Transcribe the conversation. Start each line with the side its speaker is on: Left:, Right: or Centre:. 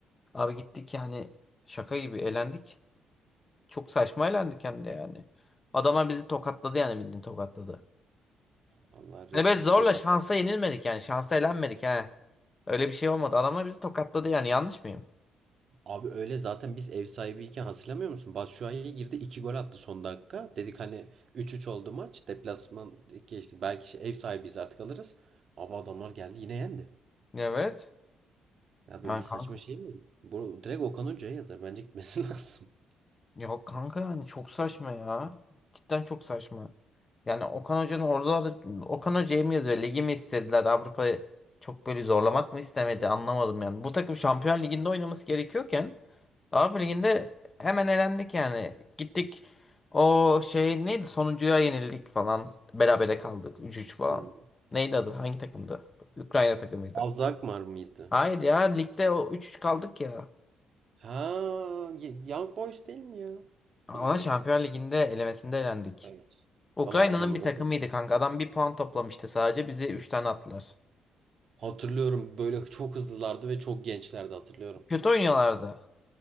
Left: Abi gittik yani şaka gibi elendik. Çok saçma elendik hem de yani. Adamlar bizi tokatladı yani bildiğin tokatladı.
Right: Allah
Left: Hani
Right: rezil
Left: böyle
Right: rüsva.
Left: zorla şansa yenilmedik yani. Şansa elenmedik ha. Öyle bir şey olmadı. Adamlar bizi tokatladı yani. Yanlış mıyım?
Right: Abi öyle zaten biz ev sahibiyken hatırlamıyor musun? Batshuayi girdi 2 gol attı son dakika. Dedik hani üç üç oldu maç. Deplasman geçtik. Belki şey- ev sahibiyiz artık alırız. Abi adamlar geldi yine yendi.
Left: Evet.
Right: Ya
Left: Yani
Right: böyle saçma
Left: kanka.
Right: şey mi? Bu direkt Okan Hoca'ya yazar. Bence gitmesi <laughs> lazım.
Left: Yok kanka yani çok saçma ya. Cidden çok saçma. Yani Okan Hoca'nın orada Okan Hoca'ya mı yazıyor? Ligi mi istediler? Avrupa'yı çok böyle zorlamak mı istemedi? Anlamadım yani. Bu takım Şampiyon Ligi'nde oynaması gerekiyorken Avrupa Ligi'nde hemen elendik yani. Gittik o şey neydi sonuncuya yenildik falan. Berabere kaldık üç üç falan.
Right: Hmm.
Left: Neydi adı? Hangi takımdı? Ukrayna takımıydı.
Right: Azakmar mıydı?
Left: Hayır ya ligde o üç üç kaldık ya.
Right: Ha, Ye- Young Boys değil mi ya?
Left: Ona
Right: O da değil.
Left: Şampiyonlar Ligi'nde elemesinde elendik.
Right: Evet.
Left: Ukrayna'nın
Right: Vallahi hatırlamıyorum.
Left: bir takımıydı kanka. Adam bir puan toplamıştı sadece. Bizi 3 tane attılar.
Right: Hatırlıyorum böyle çok hızlılardı ve çok gençlerdi hatırlıyorum.
Left: Kötü oynuyorlardı.